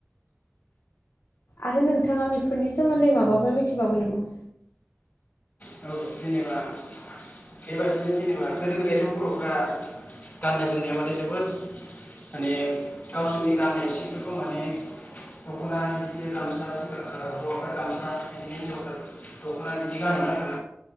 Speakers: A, on the left (about 80°); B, on the left (about 40°).
A: आरो नोंथाङा बेफोरनि सोमोन्दै माबाफोर मिथिबावगोन नामा?
B: औ जेनेबा बेबायदिनो जेनेबा गोदो गोदायथ' बर'फ्रा गाननाय जोमनायाव माने जोबोद माने गावसोरनि गाननाय जिफोरखौ माने दख'ना बिदिनो गामसा सेंग्राफ्रा हौवाफ्रा गामसा बिदिनो हिनजावफ्रा दख'ना बिदि गानोमोन आरोना।